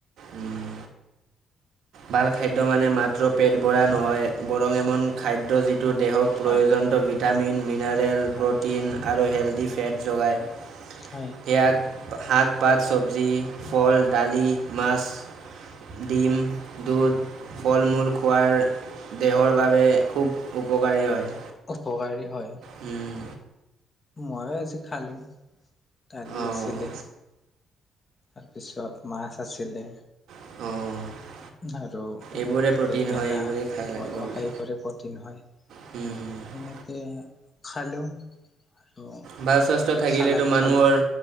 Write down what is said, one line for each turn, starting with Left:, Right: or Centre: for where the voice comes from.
Right: উম, ভাল খাদ্য মানে মাত্ৰ পেট ভৰা নহয়, বৰং এন খাদ্য যিটো দেহক প্ৰয়োজনন্ত
Left: হয়
Right: ভিটামিন মিনাৰেল
Left: হয়
Right: প্ৰ'টিন আৰু হেলডী ফেট যোগায়।
Left: হয়।
Right: সেয়াক শাক- পাত, চবজি, ফল, দালি, মাছ দিম দুধ, ফল- মূল খোৱাৰ দেহৰ বাবে খুব উপকাৰী হয়।
Left: উপকাৰী হয়।
Right: উম।
Left: মইও আজি খালোঁ, কালি
Right: অঁ
Left: আছিলে। তাৰপিছত মাছ আছিলে।
Right: অঁ।
Left: আৰু
Right: এইবোৰে প্ৰ'টিন
Left: বেঙেনা,
Right: হয় এইবোৰে খাই লাগিব
Left: কলস
Right: বোলে
Left: এইবোৰে প্ৰটিন হয়।
Right: হুম হুম
Left: তেনেকৈ খালোঁ। আৰু
Right: ভাল স্বাস্থ্য থাকিলেতো
Left: চালাড
Right: মানুহৰ
Left: খালোঁ